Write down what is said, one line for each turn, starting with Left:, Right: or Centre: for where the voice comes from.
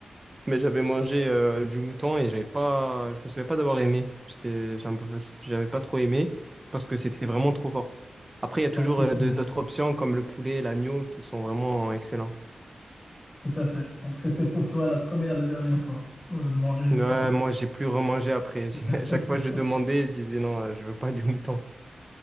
Right: Mais j'avais mangé euh, du mouton et j'avais pas, je me souviens pas d'avoir aimé. J'étais- j'ai un J'avais pas trop aimé parce que c'était vraiment trop fort. Après, il y a toujours
Left: Donc, c'était
Right: euh, de- d'autres options comme le poulet et l'agneau qui sont vraiment excellents.
Left: tout à fait. Donc, c'était pour toi la première, la dernière fois euh, de manger le mouton.
Right: Ouais, moi, j'ai plus remangé après. <laughs> J'ai-
Left: <laughs>
Right: À chaque fois, je demandais, je disais non, euh, je veux pas du mouton.